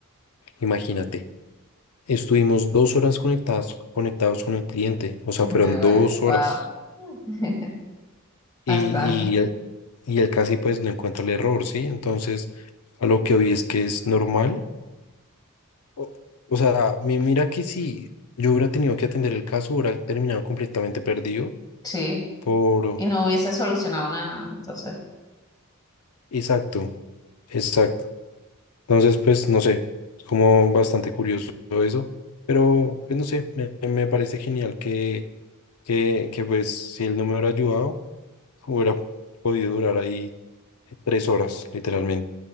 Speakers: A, on the left; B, on the left.
A: imagínate, estuvimos dos horas conectadas, conectados con el cliente, o sea, fueron
B: Ahora,
A: dos horas.
B: wow. <laughs>
A: y,
B: Bastante.
A: y, él, y él casi pues no encuentra el error, ¿sí? Entonces, a lo que hoy es que es normal. O, o sea, me mira que si yo hubiera tenido que atender el caso, hubiera terminado completamente perdido
B: Sí.
A: por...
B: Y no hubiese solucionado nada, entonces.
A: Exacto, exacto. Entonces, pues, no sé, es como bastante curioso todo eso, pero, pues, no sé, me, me parece genial que, que, que, pues, si él no me hubiera ayudado, hubiera podido durar ahí tres horas, literalmente,